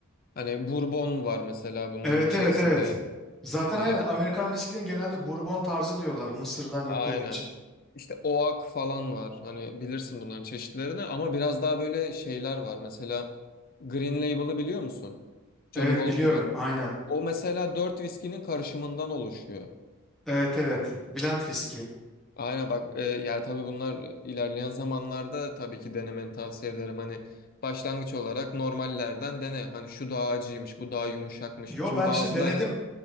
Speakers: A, on the left; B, in the centre.
A: Hani Bourbon var mesela bunların
B: Evet
A: içerisinde.
B: evet evet. Zaten
A: E,
B: aynen Amerikan viskinin genelde Bourbon tarzı diyorlar Mısır'dan yapıldığı
A: aynen.
B: için.
A: İşte Oak falan var. Hani bilirsin bunların çeşitlerini ama biraz daha böyle şeyler var. Mesela Green Label'ı biliyor musun? Johnny
B: Evet
A: Walker'ın.
B: biliyorum aynen.
A: O mesela dört viskinin karışımından oluşuyor.
B: Evet evet. Blend viski.
A: Aynen bak e, yani tabii bunlar ilerleyen zamanlarda tabii ki denemeni tavsiye ederim. Hani başlangıç olarak normallerden dene. Hani şu daha acıymış, bu daha yumuşakmış.
B: Yo
A: Kim
B: ben
A: bazıları
B: işte denedim.